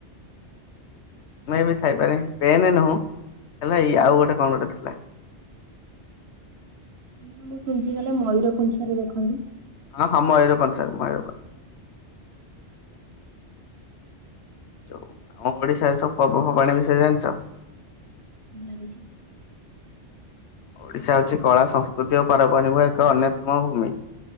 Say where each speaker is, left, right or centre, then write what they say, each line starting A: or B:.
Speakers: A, on the left (about 70°); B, on the right (about 65°).
A: ନାଇଁ ବେ ଥାଇପାରେ ପେନ୍ ନୁହଁ ହେଲା ଇ ଆଉ ଗୋଟେ କଣ ଗୋଟେ ଥିଲା।
B: ମାନେ ମୁଁ ଶୁଣିଚି କାଲେ ମୟୂର ପୁଁଚ୍ଛରେ ଦେଖନ୍ତି।
A: ହଁ ହଁ ମୟୂର ପୁଁଚ୍ଛରେ ମୟୂର ପୁଁଚ୍ଛ। ଯଉ ଆମ ଓଡ଼ିଶାରେ ସବୁ ପର୍ବପର୍ବାଣି ବିଷୟରେ ଜାଣିଚ?
B: ଜାଣିଛି।
A: ଓଡ଼ିଶା ହଉଛି କଳା ସଂସ୍କୃତି ଓ ପାର ପାରିମ ଏକ ଅନ୍ୟତମ ଭୂମି।